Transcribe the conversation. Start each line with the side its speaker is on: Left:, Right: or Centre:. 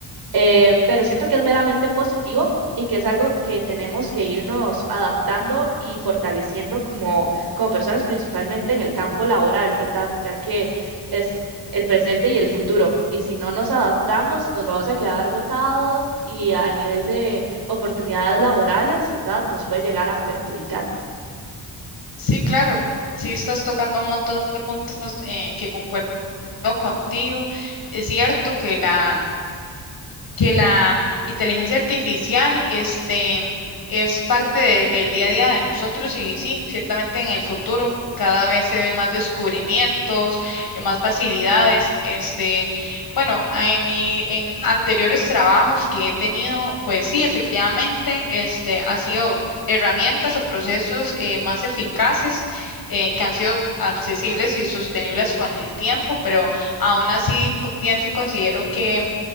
Right: Eh, pero siento que es meramente positivo y que es algo que tenemos que irnos adaptando y fortaleciendo como, como personas, principalmente en el campo laboral, ¿verdad? Ya que es el presente y el futuro. Y si no nos adaptamos, nos vamos a quedar botados y a nivel de oportunidades laborales, ¿verdad? Nos puede llegar a perjudicar.
Left: Sí, claro. Sí, estás tocando un montón de puntos eh, que concuerdo contigo. Es cierto que la que la mm, inteligencia artificial este, es parte de- del día a día de nosotros y sí, ciertamente en el futuro cada vez se ven más descubrimientos, eh, más facilidades. Este, bueno, en mi, en anteriores trabajos que he tenido, pues sí, efectivamente, este, ha sido herramientas o procesos eh, más eficaces eh, que han sido accesibles y sostenibles con el tiempo, pero aún así co- pienso y considero que